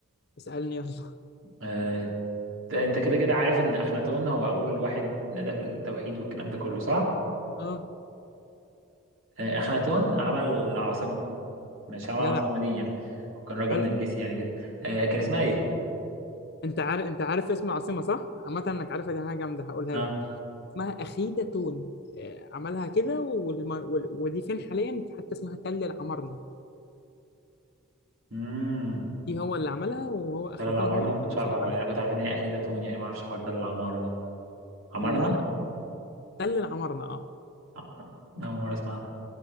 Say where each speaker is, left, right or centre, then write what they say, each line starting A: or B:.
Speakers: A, on the left (about 50°); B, on the right (about 70°).
A: اسألني يلا
B: آه انت كده كده عارف ان اخناتون هو اول واحد نادى بالتوحيد والكلام ده كله صح
A: أه
B: آه اخناتون عمل عاصمه مش عمل
A: جدع
B: عاصمه ليه يعني هو كان راجل
A: حلو
B: نرجسي يعني جدا آه كان اسمها ايه
A: انت عارف انت عارف اسم العاصمه صح عامه انك عارفها دي حاجه جامده هقولها
B: اه
A: لك اسمها اخيدة تون آه، عملها كده والم... وال- ودي فين حاليا في حته اسمها تل العمارنه
B: مم.
A: دي هو اللي عملها وهو اخناتون
B: تل العمارنة
A: هو اللي
B: ما كنتش
A: كان مسؤول
B: عارف الحوار
A: عنها
B: يعني أنا كنت عارف إن هي أخيدة تون يعني ما أعرفش حوار تل العمارة ده عمارنة؟
A: لا لا تل العمارنه اه
B: عمارة. ده. عمرنا أول مرة أسمعها